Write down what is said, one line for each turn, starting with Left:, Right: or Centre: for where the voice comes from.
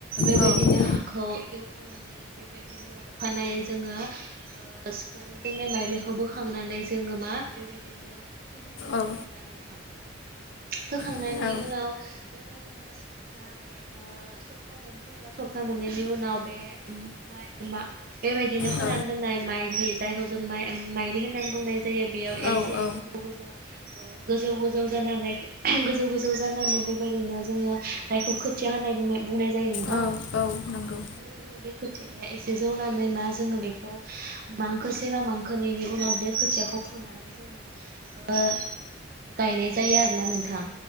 Right: बेबायदिनो
Left: औ
Right: हाखौ एवखांनानै बेबायदिनो अखानायै जोङो ओ सुनानै दोननाय माइलिखौ बोखांनानै जोङो मा बेबायदिनो फोहैनाय
Left: औ
Right: जायो आरो ना नोंथां। फोखांनायनि
Left: औ
Right: उनाव बेबायदिनो सपथा ओ ओ सप्ता मोनसे एबा सप्ता मोननैनि उनाव बे मा माय बेबायदिनो फोनानै
Left: औ
Right: दोननाय माइलि जायखौ जों मा माइलि होननानै बुंनाय जायो बेयाव
Left: औ
Right: एसे
Left: औ
Right: गोजौ गोजौ औ गोजौ गोजौ जानानै गोजौ गोजौ जानानै बेबायदिनो जोङो जायखौ खोथिया होननाय बुंनाय बुंनाय जायो नोंथां
Left: औ औ नंगौ
Right: बेबायदिनो खोथि एसे जौनानै मा जोङो बेखौ मांखोसेबा मांखोनायनि उनाव बे खोथियाखौ फुनानै जोङो ओ गायनाय जायो आरोना नोंथां।